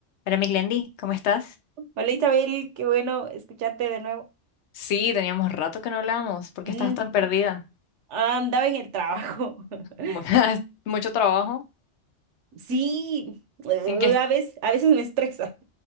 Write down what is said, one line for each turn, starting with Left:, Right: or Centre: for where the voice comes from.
Left: Hola, mi Glendy, ¿cómo estás?
Right: Hola Isabel, qué bueno escucharte de nuevo.
Left: Sí, teníamos rato que no hablábamos. ¿Por
Right: Mm,
Left: qué estás tan perdida?
Right: andaba en el trabajo. <laughs>
Left: Mu- <laughs> Mucho trabajo.
Right: Sí, eh,
Left: ¿En qué
Right: a veces, a veces me estresa.